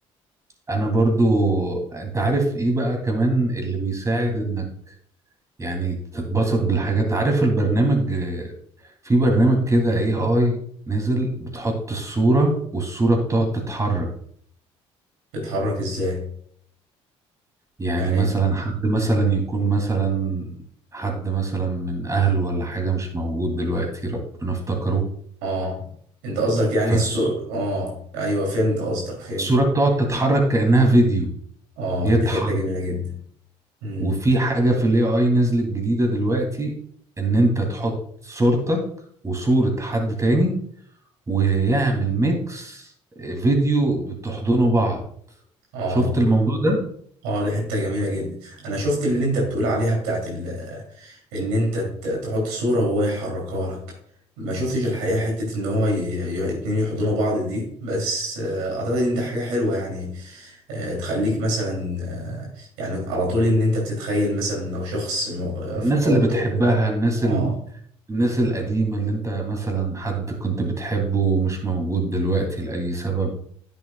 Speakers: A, on the right; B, on the right.
A: انا برضو انت عارف ايه بقى كمان اللي بيساعد انك يعني تتبسط بالحاجات عارف البرنامج آه، في برنامج كده اي اي نزل بتحط الصوره والصوره بتقعد تتحرك
B: بتتحرك ازاي
A: يعني
B: يعني
A: مثلا حد مثلا يكون مثلا حد مثلا من اهله ولا حاجه مش موجود دلوقتي ربنا افتكره
B: اه انت قصدك يعني
A: فالصوره
B: السوق اه ايوه فهمت قصدك فهمت
A: بتقعد تتحرك كانها فيديو
B: اه
A: يضحك
B: دي حته جميله جدا امم
A: وفي حاجة في الاي اي نزلت جديدة دلوقتي ان انت تحط صورتك وصورة حد تاني ويعمل ميكس فيديو بتحضنوا بعض
B: اه
A: شفت الموضوع ده
B: اه دي حتة جميلة جدا انا شفت اللي انت بتقول عليها بتاعت ال... ان انت ت- تحط صورة وهو يحركها لك ما شفتش الحقيقة حتة ان هو ي... ي... اتنين يحضنوا بعض دي بس آه، اعتقد ان ده حاجة حلوة يعني آه، تخليك مثلا آه، يعني على طول ان انت بتتخيل مثلا لو شخص م- آه،
A: الناس
B: فقدته
A: اللي بتحبها الناس
B: اه
A: ال... الناس القديمة اللي انت مثلا حد كنت بتحبه ومش موجود دلوقتي لأي سبب